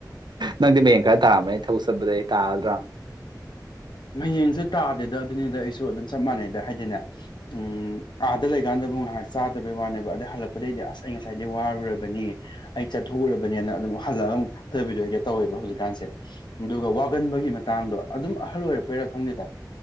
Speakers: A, on the right; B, on the left.
A: ꯅꯪꯗꯤ ꯃꯌꯦꯡ ꯈꯔ ꯇꯥꯔꯝꯃꯅꯤ ꯑꯩ ꯊꯕꯛ ꯆꯠꯄꯗ ꯑꯩ ꯇꯥꯔꯗ꯭ꯔꯥ
B: ꯍꯌꯦꯡꯁꯦ ꯇꯥꯗꯦꯗ ꯑꯗꯨꯅꯤꯗ ꯑꯩꯁꯨ ꯑꯗꯨꯝ ꯆꯞ ꯃꯥꯟꯅꯩꯗ ꯍꯥꯏꯗꯤꯅꯦ ꯎꯝ ꯑꯥꯗ ꯂꯩꯀꯥꯟꯗꯕꯨ ꯉꯥꯏꯍꯥꯛ ꯆꯥꯗꯕꯩ ꯋꯥꯅꯦꯕ ꯑꯗꯩ ꯍꯜꯂꯛꯄꯗꯒꯤꯩꯗꯤ ꯑꯁ ꯑꯩ ꯉꯁꯥꯏꯗꯤ ꯋꯥꯔꯨꯔꯕꯅꯤ ꯑꯩ ꯆꯠꯊꯣꯛꯎꯔꯕꯅꯤꯅ ꯑꯗꯨꯝ ꯍꯜꯂꯛꯒ ꯑꯃꯨꯛ ꯐꯊꯕꯤꯗꯣ ꯑꯩꯒ ꯇꯧꯋꯦꯕ ꯍꯧꯖꯤꯛꯀꯥꯟꯁꯦ ꯑꯗꯨꯒ ꯋꯥꯒꯟꯕꯒꯤ ꯃꯇꯥꯡꯗꯣ ꯑꯗꯨꯝ ꯑꯍꯜ ꯑꯣꯏꯔꯛꯄ ꯄꯔ ꯈꯪꯗꯦꯗ